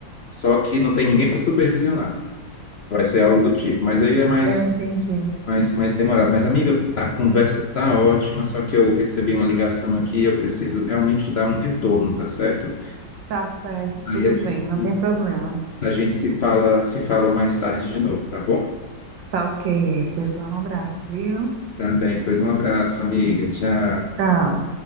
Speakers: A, on the left; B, on the right.
A: só que não tem ninguém para supervisionar. Vai ser algo do tipo, mas aí é mais,
B: Eu entendi.
A: mais, mais demorado. Mas, amiga, a conversa tá ótima, só que eu recebi uma ligação aqui e eu preciso realmente dar um retorno, tá certo?
B: Tá certo,
A: Aí
B: tudo
A: a gente,
B: bem, não tem problema.
A: a gente se fala, se fala mais tarde de novo, tá bom?
B: Tá ok, pois um abraço, viu?
A: Tá bem, pois um abraço, amiga. Tchau.
B: Tchau.